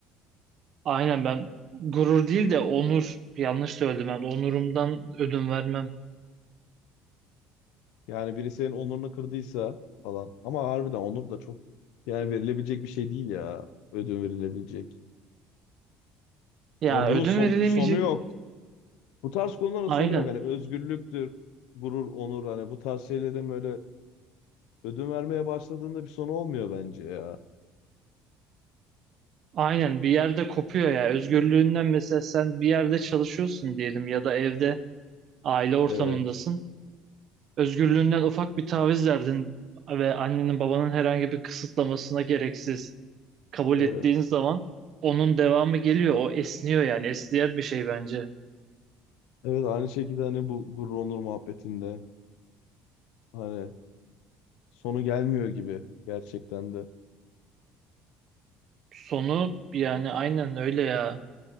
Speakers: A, on the right; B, on the left.
A: aynen ben gurur değil de onur yanlış söyledim ben. Onurumdan ödün vermem.
B: Yani biri senin onurunu kırdıysa falan. Ama harbiden onur da çok yani verilebilecek bir şey değil ya. Ödün verilebilecek.
A: Ya
B: Hani bunun
A: ödün
B: son,
A: verilemeyecek.
B: sonu yok. Bu tarz konuların
A: Aynen.
B: sonu yok. Hani özgürlüktür, gurur, onur hani bu tarz şeylerin böyle ödün vermeye başladığında bir sonu olmuyor bence ya.
A: Aynen bir yerde kopuyor ya. Özgürlüğünden mesela sen bir yerde çalışıyorsun diyelim ya da evde aile ortamındasın.
B: Evet,
A: Özgürlüğünden ufak bir taviz verdin ve annenin babanın herhangi bir kısıtlamasına gereksiz kabul
B: evet.
A: ettiğin zaman onun devamı geliyor. O esniyor yani esniyen bir şey bence.
B: Evet aynı şekilde hani bu gurur, onur muhabbetinde hani sonu gelmiyor gibi gerçekten de.
A: Sonu yani aynen öyle ya.